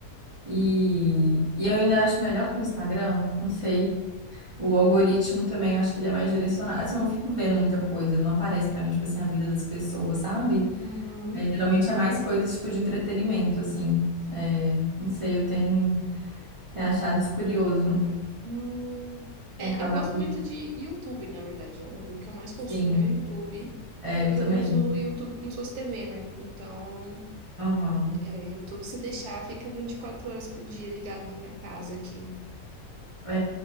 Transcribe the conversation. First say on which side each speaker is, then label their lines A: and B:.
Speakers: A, on the right (about 45°); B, on the right (about 80°).
A: E, e eu ainda acho melhor que o Instagram, não sei. O algoritmo também, eu acho que ele é mais direcionado. Assim, eu não fico vendo muita coisa, não aparece pra mim, tipo assim, a vida das pessoas, sabe?
B: Uhum.
A: É, geralmente é mais coisas, tipo, de entretenimento, assim. É, não sei, eu tenho, tenho achado isso curioso.
B: Hum,
A: Tem
B: É,
A: acabado,
B: eu gosto muito de YouTube, na verdade. O, o que eu mais consumo
A: sim.
B: é o YouTube,
A: É,
B: porque
A: eu também.
B: eu uso o YouTube como se fosse TV, né? Então,
A: Aham.
B: é, YouTube, se deixar, fica 24 horas por dia ligado na minha casa aqui.
A: É,